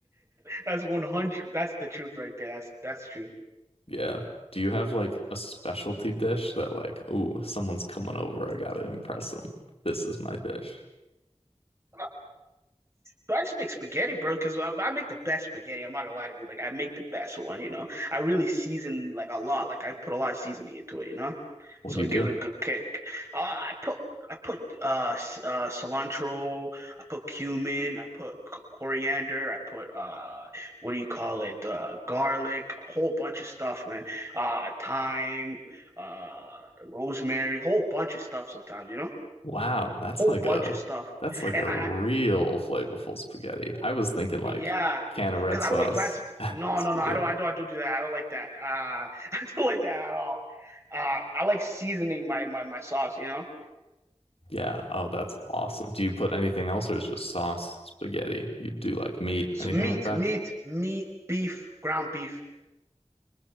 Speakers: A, on the right; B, on the left.
A: that's one hundred. That's the truth right there. That's that's true.
B: Yeah. Do you have like a specialty dish that like, ooh, someone's coming over, I gotta impress them. This is my dish.
A: No, But I just make spaghetti, bro, because I, I make the best spaghetti. I'm not gonna lie to you. Like I make the best one, you know. I really season like a lot. Like I put a lot of seasoning into it, you know.
B: What
A: So
B: do you
A: it
B: do?
A: gives it a good kick. Uh, I put I put uh, s- uh cilantro. I put cumin. I put c- coriander. I put uh what do you call it? Uh, garlic. A whole bunch of stuff, man. Uh, thyme. Uh, rosemary. Whole bunch of stuff. Sometimes, you know.
B: Wow, that's
A: Whole
B: like
A: bunch
B: a
A: of stuff.
B: that's like
A: And
B: a real
A: I,
B: flavorful spaghetti. I was thinking like
A: Yeah,
B: can of red
A: because
B: sauce
A: I don't like black. Sp
B: <laughs>
A: no,
B: spaghetti.
A: no, no. I don't. I don't. I don't do that. I don't like that. Uh, <laughs> I don't like that at all. Uh, I like seasoning my my my sauce. You know.
B: Yeah, oh, that's awesome. Do you put anything else or is just sauce spaghetti? You do like meat,
A: So
B: anything
A: meat,
B: like that?
A: meat, meat, beef, ground beef,